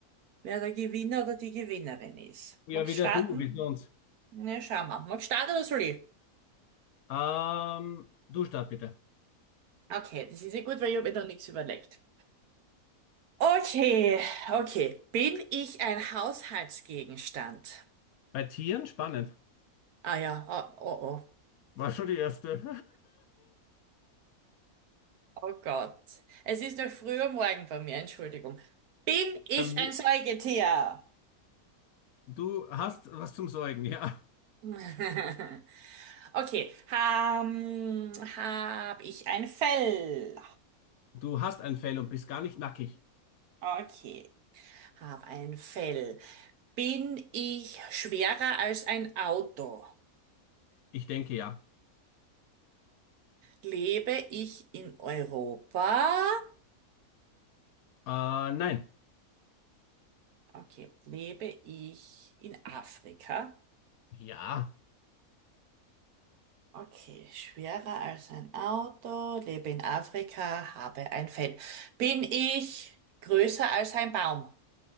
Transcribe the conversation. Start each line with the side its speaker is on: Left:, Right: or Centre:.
Right: wer der Gewinner oder die Gewinnerin ist.
Left: Ja,
Right: Magst
Left: wieder
Right: du starten?
Left: du, wie sonst.
Right: Ne, schauen wir. Magst du starten oder soll ich?
Left: Ähm, du start bitte.
Right: Okay, das ist ja gut, weil ich habe mir da nichts überlegt. Okay, okay. Bin ich ein Haushaltsgegenstand?
Left: Bei Tieren spannend.
Right: Ah ja, ah, oh, oh,
Left: War schon die erste.
Right: oh Gott. Es ist noch früh am Morgen bei mir, Entschuldigung. Bin
Left: <laughs>
Right: ich
Left: Bei mir-
Right: ein Säugetier?
Left: Du hast was zum Sorgen, ja.
Right: <laughs> Okay, ähm, hab ich ein Fell?
Left: Du hast ein Fell und bist gar nicht nackig.
Right: Okay, hab ein Fell. Bin ich schwerer als ein Auto?
Left: Ich denke ja.
Right: Lebe ich in Europa?
Left: Äh, nein.
Right: Okay, lebe ich in Afrika?
Left: Ja.
Right: Okay, schwerer als ein Auto, lebe in Afrika, habe ein Fell. Bin ich größer als ein Baum?